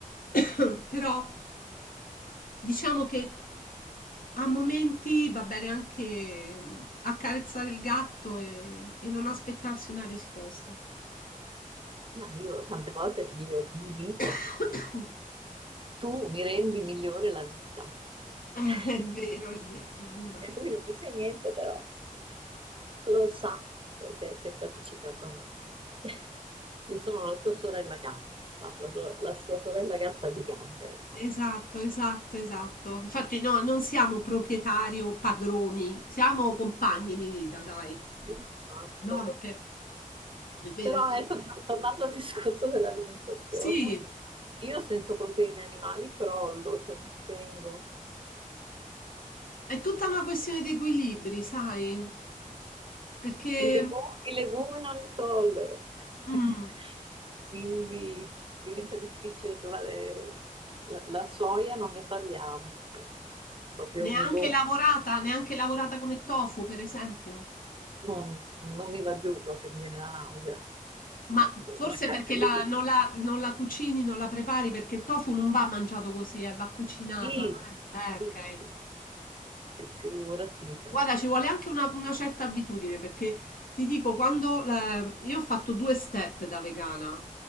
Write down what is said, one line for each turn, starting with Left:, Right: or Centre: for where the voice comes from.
Left: <coughs> però diciamo che a momenti va bene anche mm, accarezzare il gatto e, e non aspettarsi una risposta.
Right: Ma io tante volte gli, gli dico,
Left: <coughs>
Right: tu mi rendi migliore la vita.
Left: È
Right: <laughs>
Left: vero, è vero, è vero.
Right: E lui non dice niente, però lo sa, perché è sempre appiccicato a me. <laughs> Io sono la sua sorella gatta, la sua, la sua sorella gatta gigante, ecco.
Left: Esatto, esatto, esatto. Infatti, no, non siamo proprietari o padroni, siamo compagni di vita, dai.
Right: Esatto.
Left: No, perché è vero,
Right: Però
Left: è vero.
Right: ecco, tornando al discorso dell'alimentazione,
Left: Sì.
Right: io senza proteine animali crollo, cioè mi spengo.
Left: È tutta una questione di equilibri, sai? Perché
Right: I legu-
Left: Sì.
Right: i legumi non li tollero.
Left: mm,
Right: <laughs> Quindi diventa difficile trovare la, la soia, non ne parliamo. Proprio
Left: neanche
Right: mi go-
Left: lavorata, neanche lavorata come tofu, per esempio.
Right: non, non mi va giù, proprio mi viene la nausea.
Left: Ma forse
Right: Magari-
Left: perché la- non la, non la cucini, non la prepari, perché il tofu non va mangiato così, eh, va cucinato.
Right: Sì,
Left: Allora, eh,
Right: sì,
Left: ok.
Right: sì, figurati, cioè.
Left: Guarda, ci vuole anche una, una certa abitudine, perché ti dico, quando la- io ho fatto due step da vegana.